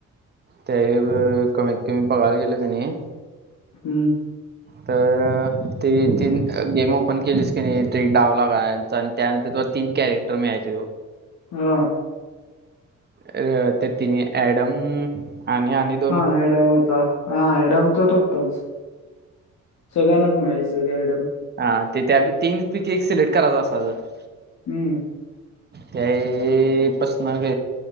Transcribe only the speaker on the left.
हम्म
हां.
हा ॲडम होता, हा ॲडम तर हो ताच. सगळ्यांनाच मिळायचं की ॲडम.
हम्म.